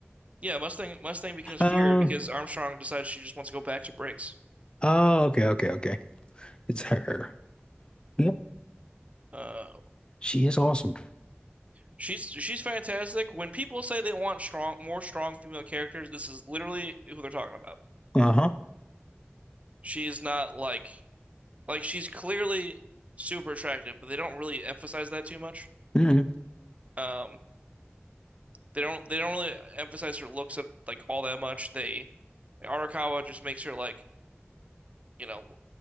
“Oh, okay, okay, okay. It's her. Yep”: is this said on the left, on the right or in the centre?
Left